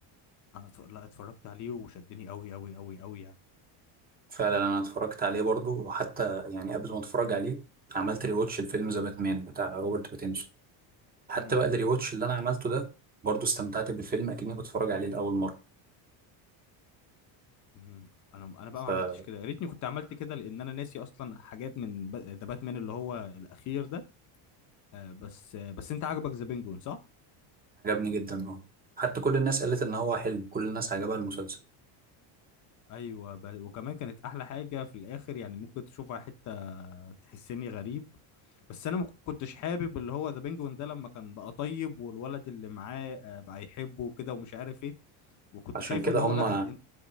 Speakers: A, on the left (about 40°); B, on the right (about 20°).
A: انا اتف- لا اتفرجت عليه وشدني قوي قوي قوي قوي يعني
B: فعلا انا اتفرجت عليه برضو وحتى يعني قبل ما اتفرج عليه عملت ريواتش الفيلم ذا باتمان بتاع روبرت باتينسون حتى
A: امم
B: بقى الريواتش اللي انا عملته ده برضو استمتعت بالفيلم اكني بتفرج عليه لاول مره
A: امم. انا انا بقى
B: فعجبني
A: ما عملتش كده يا ريتني كنت عملت كده لان انا ناسي اصلا حاجات من ب- ذا باتمان اللي هو الاخير ده آه، بس آه، بس انت عاجبك ذا بينجون صح؟
B: جدا اه حتى كل الناس قالت ان هو حلو كل الناس عجبها المسلسل
A: ايوه ب... وكمان كانت احلى حاجه في الاخر يعني ممكن تشوفها حته تحسني غريب بس انا ما كنتش حابب اللي هو ذا بينجوين ده لما كان بقى طيب والولد اللي معاه آه، بقى يحبه وكده ومش عارف ايه وكنت
B: عشان
A: شايفه
B: كده
A: ان هو
B: هم
A: لا انت انت,